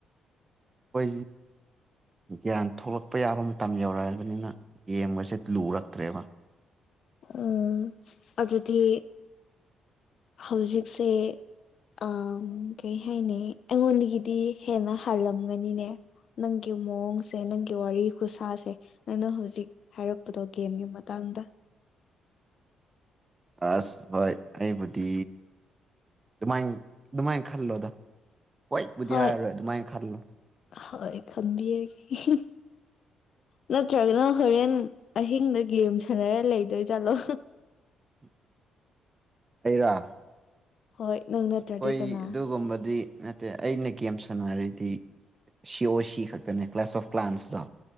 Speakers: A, on the right; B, on the left.
A: ꯍꯣꯏ ꯒ꯭ꯌꯥꯟ ꯊꯣꯛꯂꯛꯄ ꯌꯥꯕ ꯃꯇꯝ ꯌꯧꯔꯛꯑꯕꯅꯤꯅ ꯒꯦꯝꯒꯁꯦ ꯂꯨꯔꯛꯇ꯭ꯔꯦꯕ
B: ꯎ ꯑꯗꯨꯗꯤ ꯍꯧꯖꯤꯛꯁꯦ ꯑ ꯀꯩ ꯍꯥꯏꯅꯤ ꯑꯩꯉꯣꯟꯗꯒꯤꯗꯤ ꯍꯦꯟꯅ ꯍꯥꯜꯂꯝꯒꯅꯤꯅꯦ ꯅꯪꯒꯤ ꯃꯑꯣꯡꯁꯦ ꯅꯪꯒꯤ ꯋꯥꯔꯤ ꯈꯨꯁꯥꯁꯦ ꯅꯪꯅ ꯍꯧꯖꯤꯛ ꯍꯥꯏꯔꯛꯄꯗꯣ ꯒꯦꯝꯒꯤ ꯃꯇꯥꯡꯗ
A: ꯑꯁ ꯍꯣꯏ ꯑꯩꯕꯨꯗꯤ ꯑꯗꯨꯃꯥꯏꯅ ꯑꯗꯨꯃꯥꯏꯅ ꯈꯜꯂꯣꯗ ꯍꯣꯏꯕꯨꯗꯤ
B: ꯍꯣꯏ
A: ꯍꯥꯏꯔꯔꯣꯏ ꯑꯗꯨꯃꯥꯏꯅ ꯈꯜꯂꯣ
B: ꯍꯣꯏ ꯈꯟꯕꯤꯔꯒꯦ ꯅꯠꯇ꯭ꯔꯒꯅ ꯍꯣꯔꯦꯟ ꯑꯍꯤꯡꯗ ꯒꯦꯝ ꯁꯥꯟꯅꯔ ꯂꯩꯗꯣꯏ ꯆꯠꯂꯣ
A: ꯎꯝ ꯑꯩꯔꯥ
B: ꯍꯣꯏ ꯅꯪ ꯅꯠꯇ꯭ꯔꯗꯤ
A: ꯑ ꯍꯣꯏ
B: ꯀꯅꯥ
A: ꯑꯗꯨꯒꯨꯝꯕꯗꯤ ꯅꯠꯇꯦ ꯑꯩꯅ ꯒꯦꯝ ꯁꯥꯟꯅꯔꯤꯗꯤ ꯁꯤ ꯑꯣ ꯁꯤ ꯈꯛꯇꯅꯦ ꯀ꯭ꯂꯥꯁ ꯑꯣꯐ ꯄ꯭ꯂꯥꯟꯁꯇꯣ